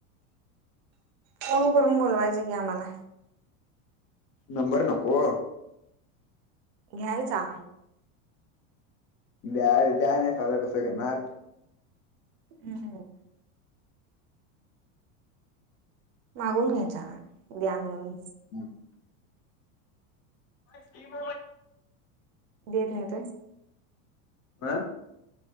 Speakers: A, on the right (about 60°); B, on the left (about 40°).
A: फोन करून बोलवायचा की आम्हाला.
B: नंबर नको.
A: घ्यायचा.
B: द्या द्या नाही सादर कसं घेणार
A: हम् मागून घ्यायचा द्या म्हणून
B: हम् स्कीम
A: देत नाहीतय
B: आं